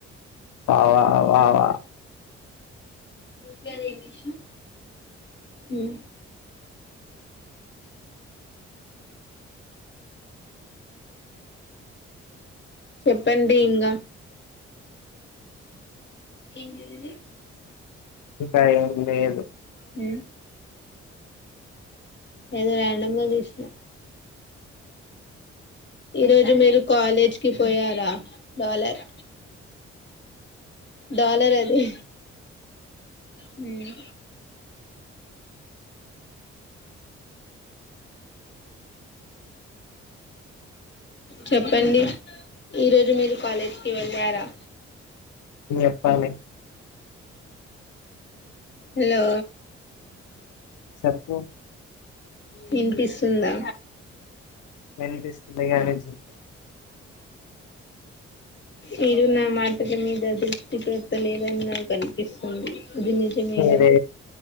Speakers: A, on the left; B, on the left.
A: వా వా వా వా
B: ఒక్కనిమిషం హ్ చెప్పండి ఇంగా. ఏందిది ఇది.
A: ఇంకా ఎంలేదు.
B: హ్ ఏదో రాండమ్ గా తీసినా. ఈ రోజు మీరు కాలేజ్కి పోయారా లాలర్. డాలర్ అది. హ్ చెప్పండి ఈరోజు మీరు కాలేజీకి వెళ్ళారా
A: చెప్పాలి
B: హలో
A: చెప్పు
B: వినిపిస్తుందా
A: వినిపిస్తుగాని చె
B: మీరు నా మాటల మీద దృష్టి పెడతలేదని నాకు అనిపిస్తుంది ఇది నిజమేనా
A: మీదే